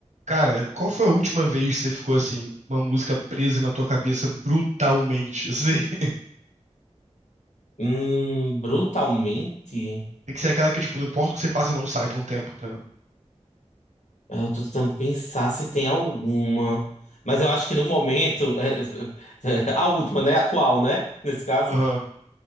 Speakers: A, on the right; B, on the left.
A: Cara, qual foi a última vez que você ficou assim, uma música presa na tua cabeça brutalmente? Assim, <laughs>
B: Hum, brutalmente,
A: tem que ser aquela que, tipo, não importa o que você faça, não sai por um tempo, entendeu?
B: eh, eu tô tentando pensar se tem alguma. Mas eu acho que no momento, <laughs> a última, né? Atual, né? Nesse caso.
A: Aham.